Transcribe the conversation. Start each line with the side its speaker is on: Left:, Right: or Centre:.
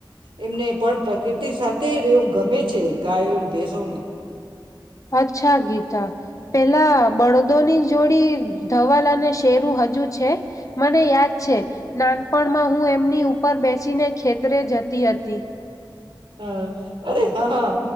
Right: એમને પણ પ્રકૃતિ સાથે રહેવું ગમે છે ગાયો ભેસો.
Left: અચ્છા ગીતા પેલા બળદોની જોડી ધવલ અને શેરુ હજુ છે મને યાદ છે નાનપણમાં હું એમની ઉપર બેસીને ખેતરે જ તી હતી.
Right: હા અરે હા